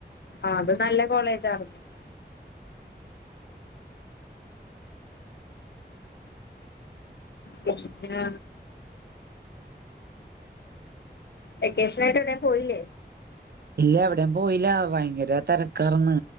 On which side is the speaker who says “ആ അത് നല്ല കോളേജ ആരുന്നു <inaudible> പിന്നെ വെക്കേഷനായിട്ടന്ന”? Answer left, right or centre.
Left